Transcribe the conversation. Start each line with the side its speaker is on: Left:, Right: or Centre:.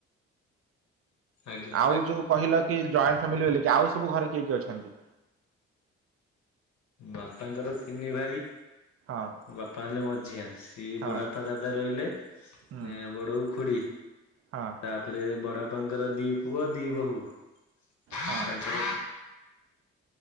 Left: ଆଜ୍ଞା।
Right: ଆଉ ଯୋଉ କହିଲ କି ଜଏଣ୍ଟ ଫ୍ୟାମିଲି ବୋଲିକି ଆଉ ସବୁ ଘରେ କିଏ କିଏ ଅଛନ୍ତି।
Left: ବାପାଙ୍କର ତିନି ଭାଇ।
Right: ହଁ
Left: ବାପା ହେଲେ ମଝିଆ ସିଏ
Right: ହଁ
Left: ବଡ଼ାପା ଦାଦା ରହିଲେ।
Right: ହୁଁ
Left: ଏ ବଡବୋଉ ଖୁଡି।
Right: ହଁ।
Left: ତାପରେ ବଡପାଙ୍କର ଦି ପୁଅ ଦି ବୋହୂ ତାଙ୍କର
Right: ହଁ